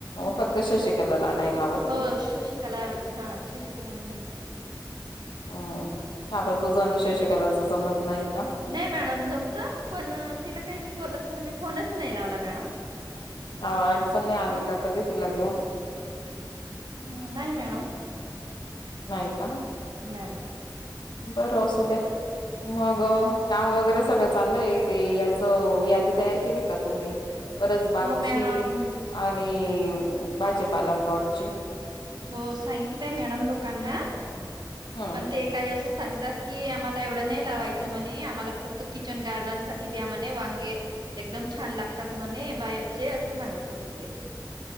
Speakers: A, on the left; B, on the right.
A: फक्त शशिकलाला नाही लावत
B: हो
A: का
B: शशिकला हा शशिकलाला नाही लावलं.
A: हा का ब तुझ आणि शशिकलाच जमत नाही का
B: नाही मॅडम जमत पण तिला काही मी कॉलच म्हणजे फोनच नाही लावला मॅडम
A: आव अडचणनी आली का कधी तिला घेऊन
B: ह नाही मॅडम
A: नाही का?
B: नाही
A: बरं असू द्या. मग काम वगैरे सगळं चाललंय ते याचं यादी तयार केली का तुम्ही? परसबागची
B: हो मॅडम
A: आणि भाजेपाला प्लॉटची
B: हो सांगितलंय मॅडम लोकांना
A: हम्म
B: पण ते काही असं सांगतात की आम्हाला एवढं नाही लावायच म्हणे आम्हाला फक्त किचन गार्डन साठी द्या म्हणे वांगे एकदम छान लागतात म्हणे बायकचे असं सांगत होते ते